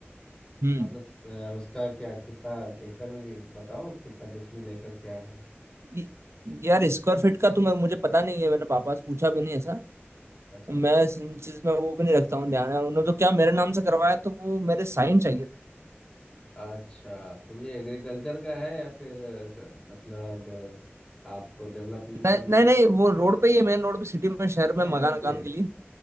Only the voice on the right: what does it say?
हम्म
य- यार स्क्वायर फीट का तो मैं मुझे पता नहीं है मैंने पापा से पूछा भी नहीं ऐसा
मैं इस चीज में वो भी नहीं रखता हूँ ध्यान यार उन्होंने तो क्या मेरे नाम से करवाया तो वो मेरे साइन चाहिए थे।
नहीं
नहीं नहीं वो रोड पे ही है मेन रोड पे सिटी में शहर
में मकान
मकान
के लिए